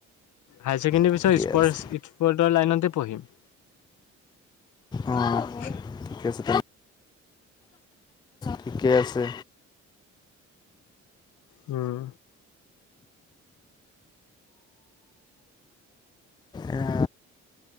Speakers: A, on the left; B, on the left.
A: হাই ছেকেণ্ডৰী
B: ঠিকে
A: পিছত স্পৰ্টছ,
B: আছে
A: স্পৰ্টৰ লাইনতে পঢ়িম।
B: অঁ
A: <inaudible>
B: ঠিকে আছে। তুমি ঠিকে আছে।
A: উম।
B: এয়া